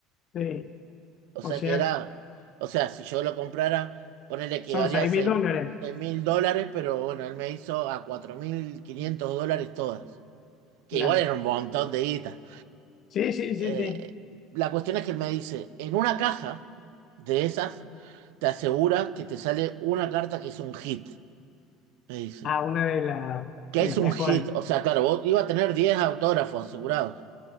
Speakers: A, on the left; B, on the right.
A: de, sí,
B: O
A: o
B: sea
A: sea,
B: que era, o sea, si yo lo comprara, ponele que
A: son
B: valía
A: seis
B: seis
A: mil dólares,
B: mil dólares, pero bueno, él me hizo a 4.500 dólares todas. Que
A: claro.
B: igual era un montón de guita.
A: Sí, sí, sí,
B: Eh,
A: sí.
B: la cuestión es que él me dice, en una caja de esas, te asegura que te sale una carta que es un hit, me dice.
A: Ah, una de, la-
B: que
A: de
B: es
A: las
B: un
A: mejores,
B: hit. O sea, claro, vos iba a tener 10 autógrafos asegurados